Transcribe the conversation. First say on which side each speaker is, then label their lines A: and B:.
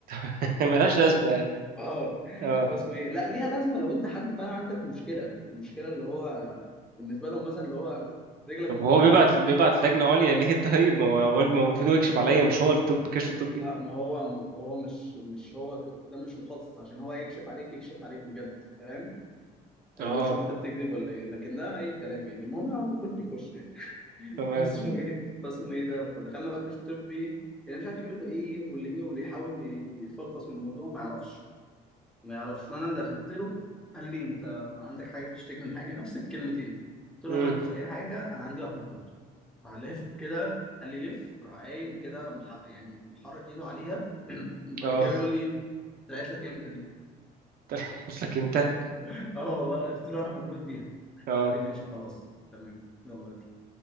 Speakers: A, on the right (about 60°); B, in the centre.
A: <laughs> ملهاش لازمة يعني
B: اه
A: اه
B: فاسمه ايه لا ليها لازمه لو انت حد فعلا عندك مشكله المشكله اللي هو بالنسبه لهم مثلا اللي هو رجلك
A: طب
B: مقطوعه
A: هو بيبعت
B: مثلا
A: بيبعت لجنة عليا ليه <laughs> طيب ما هو ما هو المفروض هو يكشف عليا مش هو الطب كشف الطبي
B: لا ما هو هو مش مش هو ك- ده مش مخصص عشان هو يكشف عليك يكشف عليك بجد فاهم اللي
A: اه
B: هو يشوف انت بتكذب ولا ايه لكن ده اي كلام يعني المهم يا عم كله بيخش يعني <laughs>
A: تمام
B: فاسمه ايه فاسمه ايه ده فدخلنا بقى كشف طبي يعني مش عارف يقول له ايه واللي ايه واللي يحاول يفلفص من الموضوع ما يعرفش ما يعرفش فانا ده دخلت له قال لي انت عندك حاجه بتشتكي من حاجه نفس الكلمتين قلت له
A: امم
B: أنا ما عنديش اي حاجه انا عندي وحمه في ضهري راح لف كده قال لي لف راح قايم كده مح... يعني محرك ايده عليها <clears throat> بعد
A: اه
B: كده بيقول لي طلعت لك امتى دي
A: <laughs> قلت لك انت
B: <laughs> اه والله قلت له انا مولود بيها
A: اه
B: قال لي ماشي خلاص تمام يلا اطلع